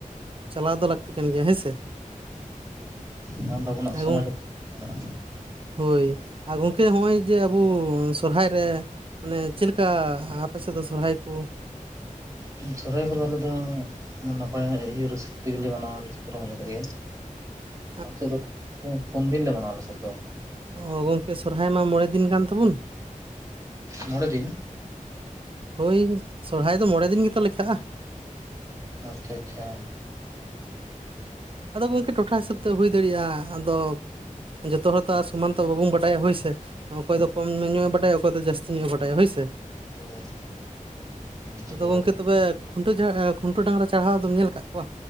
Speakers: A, on the right; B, on the right.
A: ᱪᱟᱞᱟᱣ ᱫᱚ ᱞᱟᱹᱠᱛᱤ ᱠᱟᱱ ᱜᱮᱭᱟ ᱦᱮᱸ ᱥᱮ᱾
B: ᱱᱚᱣᱟ ᱫᱚ ᱟᱵᱚᱱᱟᱜ
A: ᱦᱮᱸ
B: ᱥᱚᱢᱟᱡᱽ
A: ᱜᱚᱝ
B: ᱮ ᱢᱮᱱᱟᱜᱼᱟ᱾
A: ᱦᱳᱭ ᱟᱨ ᱜᱚᱝᱠᱮ ᱦᱚᱜᱼᱚᱭ ᱡᱮ ᱟᱵᱩ ᱥᱚᱨᱦᱟᱭ ᱨᱮ ᱢᱟᱱᱮ ᱪᱮᱫ ᱞᱮᱠᱟ ᱟᱯᱮ ᱥᱮᱫ ᱫᱚ ᱥᱚᱨᱦᱟᱭ ᱠᱩ?
B: ᱥᱚᱨᱚᱦᱨᱟᱭ ᱠᱚᱫᱚ ᱟᱞᱮ ᱫᱚ ᱱᱟᱯᱟᱭ ᱤᱭᱟᱹ ᱨᱟᱹᱥᱠᱟᱹ ᱛᱮᱜᱮ ᱞᱮ ᱢᱟᱱᱟᱣ ᱨᱟᱹᱥᱠᱟᱹ ᱨᱚᱢᱚᱡ ᱟᱛᱮ ᱜᱮ᱾
A: <inaudible>
B: ᱟᱞᱮ ᱥᱮᱫ ᱫᱚ ᱯᱩᱱ ᱫᱤᱱ ᱞᱮ ᱢᱟᱱᱟᱣᱟ ᱟᱞᱮ ᱥᱮᱫ ᱫᱚ᱾
A: ᱚ ᱜᱚᱝᱠᱮ ᱥᱚᱨᱦᱟᱭ ᱢᱟ ᱢᱚᱬᱮ ᱫᱤᱱ ᱜᱟᱱ ᱛᱟᱵᱚᱱ᱾
B: ᱢᱚᱬᱮ ᱫᱤᱱ᱾
A: ᱦᱳᱭ ᱥᱚᱨᱦᱟᱭ ᱫᱚ ᱢᱚᱬᱮ ᱫᱤᱱ ᱜᱮᱛᱚ ᱞᱮᱠᱷᱟᱜ-ᱟ᱾
B: ᱟᱪᱪᱷᱟ ᱟᱪᱪᱷᱟ᱾
A: ᱟᱫᱚ ᱜᱚᱝᱠᱮ ᱴᱚᱴᱷᱟ ᱦᱤᱥᱟᱹᱵ ᱛᱮ ᱦᱳᱭ ᱫᱟᱲᱮᱼᱟ ᱟᱫᱚ ᱡᱚᱛᱚ ᱦᱚᱲ ᱛᱚ ᱟᱨ ᱥᱚᱢᱟᱱ ᱛᱚ ᱵᱟᱵᱚᱝ ᱵᱟᱰᱟᱭᱟ ᱦᱳᱭᱥᱮ᱾ ᱚᱠᱚᱭ
B: ᱦᱳᱭ
A: ᱫᱚ ᱠᱚᱢ ᱧᱚᱧᱚ ᱵᱟᱰᱟᱭᱟ ᱚᱠᱚᱭ ᱫᱚ ᱡᱟᱹᱥᱛᱤ ᱧᱚᱜᱮ ᱵᱟᱰᱟᱭᱟ ᱦᱳᱭᱥᱮ᱾
B: ᱦᱳᱭ ᱚᱱᱛᱮ
A: ᱟᱫᱚ
B: ᱜᱮ
A: ᱜᱚᱝᱠᱮ
B: ᱵᱮᱥ᱾ ᱦᱮᱸ
A: ᱛᱚᱵᱮ ᱠᱷᱩᱱᱟᱹ ᱡᱟᱦᱟᱸ ᱠᱷᱩᱱᱴᱟᱹ ᱰᱟᱝᱨᱟ ᱪᱟᱨᱦᱟᱣ ᱫᱚᱢ ᱧᱮᱞ ᱟᱠᱟᱫ ᱠᱚᱣᱟ?